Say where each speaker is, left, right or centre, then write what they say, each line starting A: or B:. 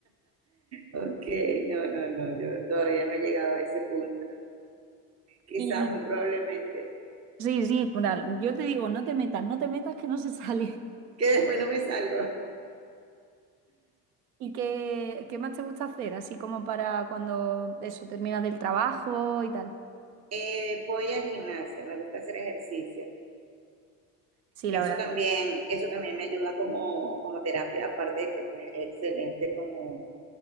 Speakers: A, on the right (about 30°); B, on the right (about 70°).
A: Ok, no, no, no, yo todavía no he llegado a ese punto. Quizás,
B: Y
A: muy probablemente,
B: sí, sí, plural, yo te digo, no te metas, no te metas que no se sale.
A: que después no me salgo.
B: ¿Y qué, qué más te gusta hacer? Así como para cuando eso terminas del trabajo y tal.
A: Eh, voy al gimnasio, me gusta hacer ejercicio.
B: Sí,
A: Eso
B: la verdad
A: también, eso también me ayuda como, como terapia, aparte de que pues, es excelente como